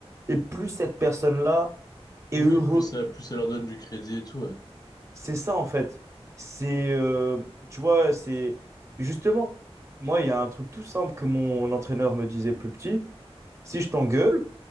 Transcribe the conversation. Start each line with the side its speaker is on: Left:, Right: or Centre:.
Right: et plus cette personne-là est
Left: Oui,
Right: heureux.
Left: oui, plus ça, plus ça leur donne du crédit et tout. ouais.
Right: C'est ça en fait. C'est, euh, tu vois, c'est justement, moi, il y a un truc tout simple que mon entraîneur me disait plus petit. Si je t'engueule,